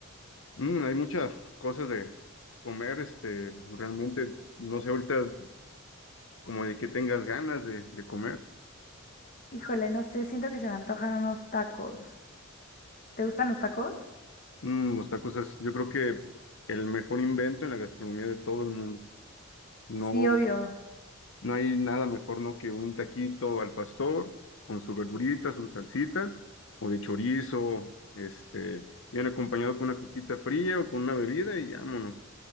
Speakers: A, on the left; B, on the left.
A: mm, hay muchas cosas de comer, este, realmente, no sé ahorita como de qué tengas ganas de, de comer.
B: <laughs> Híjole, no sé, siento que se me antojan unos tacos. ¿Te gustan los tacos?
A: Mm, los tacos es, yo creo que el mejor invento en la gastronomía de todo el mundo. No,
B: Sí, obvio.
A: No hay nada mejor, ¿no? Que un taquito al pastor con su verdurita, su salsita, o de chorizo, este, bien acompañado con una coquita fría o con una bebida y vámonos.